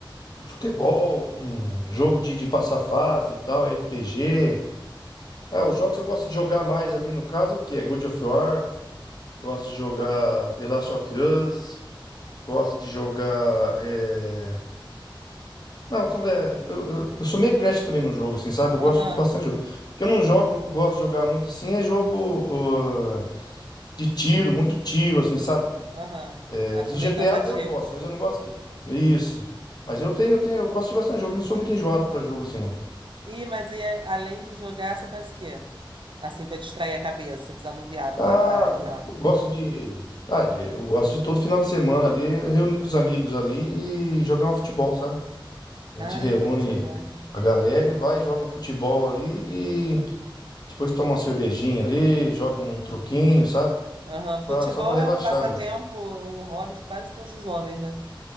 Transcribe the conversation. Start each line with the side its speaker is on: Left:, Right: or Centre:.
Left: Futebol, hum, jogo de, de passar fase e tal, RPG. é os jogos que eu gosto de jogar mais ali no caso, que é God of War, gosto de jogar The Last of Us, gosto de jogar. é, Não, são- é, eu, eu- eu sou meio crash também no jogo, assim, sabe? Eu
Right: Aham,
Left: gosto de bastante jogo. O que eu não jogo, gosto de jogar muito assim, é jogo ah, de tiro, muito tiro, assim, sabe?
Right: aham.
Left: É,
Right: Acha
Left: dos
Right: meio
Left: GTA
Right: cansativo.
Left: até eu gosto, mas eu não gosto que. Isso. Mas eu tenho, eu tenho, eu gosto de bastante jogo, eu não sou muito enjoado pra jogo assim, não.
Right: Ih, mas e a- além de jogar, você faz o quê? Assim, para distrair a cabeça, desanuviar do
Left: Ah,
Right: trabalho e tal.
Left: eu gosto de. Ah, de- eu gosto de todo final de semana ali, eu reunir com os amigos ali e jogar um futebol, sabe? A
Right: Ah,
Left: gente reúne
Right: futebol.
Left: a galera e vai, joga um futebol ali e depois toma uma cervejinha ali, joga um truquinho, sabe?
Right: Aham. Futebol
Left: Pra, só pra relaxar
Right: é um passatempo,
Left: mesmo.
Right: um hobby de quase todos os homens, né?